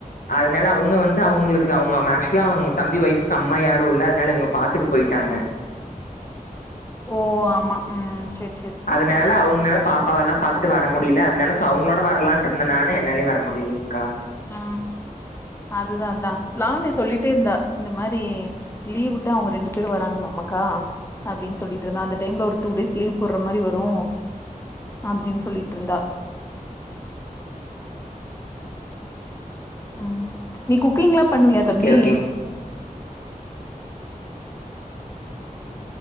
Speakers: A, on the left; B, on the left.
A: அதுனால அவுங்க வந்து அவுங்ளுக்கு அவுங்க ஆக்சுவலா அவுங்க தம்பி ஒயிஃப்கு அம்மா யாருல்ல அதுனால இவுங்க பாத்துக்க போயிட்டாங்க
B: ஓ ஆமா ம் சேர்
A: அதனால அவுங்கனால பாப்பா எல்லா பாத்துட்டு வர முடியல அதனால சோ அவங்களோட வரலான்ட்டு இருந்தே நானு என்னாலையு வர முடியலங்க்கா
B: அ அதுதா தா லாவண்யா சொல்லிட்டே இருந்தா இந்த மாரி லீவ் வுட்டா அவுங்க ரெண்டு பேர் வராங்களாமாக்கா அப்டின்னு சொல்லிட்டு இருந்தா அந்த டைம்ல ஒரு டூ டேஸ் லீவ் போடுற மாரி வரு அப்டின்னு சொல்லிட்டு இருந்தா ம் நீ குக்கிங் எல்லா பண்ணுவியா தம்பி
A: ஓகே ஓகே